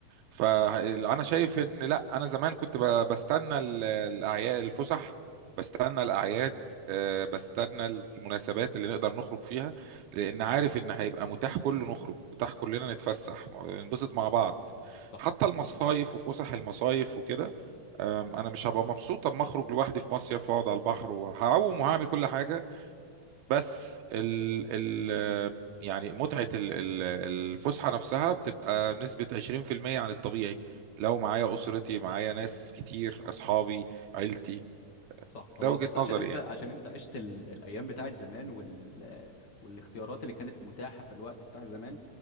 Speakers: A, on the right; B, on the left.
A: فانا شايف ان لا انا زمان كنت ب- بستنى ال- الاعياد الفسح بستنى الاعياد آه، بستنى المناسبات اللي نقدر نخرج فيها لان عارف ان هيبقى متاح كله نخرج متاح كلنا نتفسح ننبسط مع بعض
B: صح
A: حتى المصايف وفسح المصايف وكده آم، انا مش هبقى مبسوط اما اخرج لوحدي في مصيف واقعد على البحر وهعوم وهعمل كل حاجه بس ال ال يعني متعة ال- ال- الفسحة نفسها بتبقى نسبة 20% عن الطبيعي لو معايا أسرتي معايا ناس كتير أصحابي عيلتي
B: صح هو
A: ده وجهة
B: بس
A: نظري
B: عشان انت
A: يعني
B: عشان انت عشت ال... الايام بتاعت زمان وال... والاختيارات اللي كانت متاحه في الوقت بتاع زمان